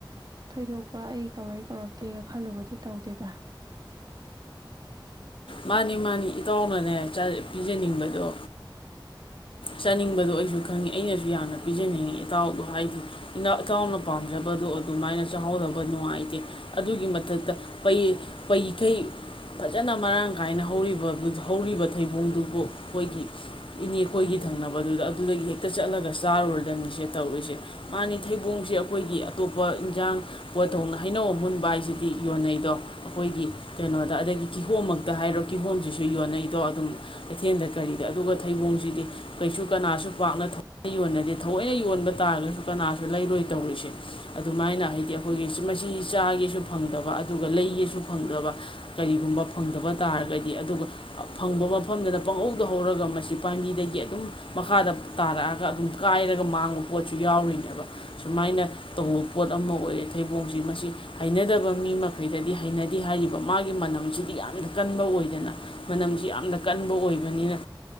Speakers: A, on the right (about 50°); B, on the left (about 85°).
A: ꯊꯣꯏꯗꯣꯛꯄ ꯑꯩ ꯀꯧꯔꯛꯏ ꯀꯧꯔꯛꯇꯦꯒ ꯈꯜꯂꯨꯕꯗꯤ ꯇꯧꯗꯦꯗ
B: ꯃꯥꯅꯤ ꯃꯥꯅꯤ ꯏꯇꯥꯎꯅꯅꯦ ꯄꯤꯖꯅꯤꯡꯕꯗꯣ ꯆꯥꯅꯤꯡꯕꯗꯣ ꯑꯩꯁꯨ ꯈꯪꯉꯤ ꯑꯩꯅꯁꯨ ꯌꯥꯝꯅ ꯄꯤꯖꯅꯤꯡꯉꯤ ꯏꯇꯥꯎꯗꯣ ꯍꯥꯏꯗꯤ ꯏꯇꯥꯎꯅ ꯄꯥꯝꯖꯕꯗꯣ ꯑꯗꯨꯃꯥꯏꯅ ꯆꯥꯍꯧꯗꯕ ꯅꯨꯡꯉꯥꯏꯇꯦ ꯑꯗꯨꯒꯤ ꯃꯊꯛꯇ ꯄꯩꯊꯩ ꯐꯖꯅ ꯃꯔꯥꯡ ꯀꯥꯏꯅ ꯍꯧꯔꯤꯕ ꯍꯧꯔꯤꯕ ꯊꯩꯕꯣꯡꯗꯨꯕꯨ ꯑꯩꯈꯣꯏꯒꯤꯅꯦ ꯑꯩꯈꯣꯏꯒꯤ ꯊꯪꯅꯕꯗꯨꯗ ꯑꯗꯨꯗꯒꯤ ꯍꯦꯛꯇ ꯆꯠꯂꯒ ꯆꯥꯔꯨꯔꯗꯅꯤꯁꯦ ꯇꯧꯔꯨꯏꯁꯦ ꯃꯥꯅꯤ ꯊꯩꯕꯣꯡꯁꯦ ꯑꯩꯈꯣꯏꯒꯤ ꯑꯇꯣꯞꯄ ꯏꯟꯖꯥꯡ ꯄꯣꯠꯊꯣꯡꯅ ꯍꯩꯅꯧ ꯃꯨꯟꯕ ꯍꯥꯏꯁꯤꯗꯤ ꯌꯣꯟꯅꯩꯗꯣ ꯑꯩꯈꯣꯏꯒꯤ ꯀꯩꯅꯣꯗ ꯑꯗꯒꯤ ꯀꯤꯍꯣꯝꯃꯛꯇ ꯍꯥꯏꯔꯣ ꯀꯤꯍꯣꯝꯁꯤꯁꯨ ꯌꯣꯟꯅꯩꯗꯣ ꯑꯗꯨꯝ ꯀꯩꯊꯦꯜꯗ ꯀꯔꯤꯗ ꯑꯗꯨꯒ ꯊꯩꯕꯣꯡꯁꯤꯗꯤ ꯀꯩꯁꯨ ꯀꯅꯥꯁꯨ ꯄꯥꯛꯅ ꯊꯏꯅ ꯌꯣꯟꯅꯗꯦ ꯊꯑꯣꯏꯅ ꯌꯣꯟꯕ ꯇꯥꯔꯒꯁꯨ ꯀꯅꯥꯁꯨ ꯂꯩꯔꯣꯏ ꯇꯧꯔꯤꯁꯦ ꯑꯗꯨꯃꯥꯏꯅ ꯍꯥꯏꯗꯤ ꯑꯩꯈꯣꯏꯒꯤ ꯃꯁꯤꯁꯤ ꯆꯥꯒꯦꯁꯨ ꯐꯪꯗꯕ ꯑꯗꯨꯒ ꯂꯩꯒꯦꯁꯨ ꯐꯪꯗꯕ ꯀꯔꯤꯒꯨꯝꯕ ꯐꯪꯗꯕ ꯇꯥꯔꯒꯗꯤ ꯑꯗꯨꯒ ꯐꯪꯕ ꯃꯐꯝꯗꯨꯗ ꯄꯪꯍꯧꯗ ꯍꯧꯧꯔꯒ ꯃꯁꯤ ꯄꯥꯝꯕꯤꯗꯒꯤ ꯒꯤ ꯑꯗꯨꯝ ꯃꯈꯥꯗ ꯇꯥꯔꯛꯑꯒ ꯑꯗꯨꯝ ꯀꯥꯏꯔꯒ ꯃꯥꯡꯕ ꯄꯣꯠꯁꯨ ꯌꯥꯎꯔꯤꯅꯦꯕ ꯁꯨꯃꯥꯏꯅ ꯇꯧꯕ ꯄꯣꯠ ꯑꯃ ꯑꯣꯏꯔꯦ ꯊꯩꯕꯣꯛꯁꯤ ꯃꯁꯤ ꯍꯩꯅꯗꯕ ꯃꯤ ꯃꯈꯩꯗꯗꯤ ꯍꯩꯅꯗꯦ ꯍꯥꯏꯔꯤꯕ ꯃꯥꯒꯤ ꯃꯅꯝꯁꯤꯗꯤ ꯌꯥꯝꯅ ꯀꯟꯕ ꯑꯣꯏꯗꯅ ꯃꯅꯝꯁꯤ ꯌꯥꯝꯅ ꯀꯟꯕ ꯑꯣꯏꯕꯅꯤꯅ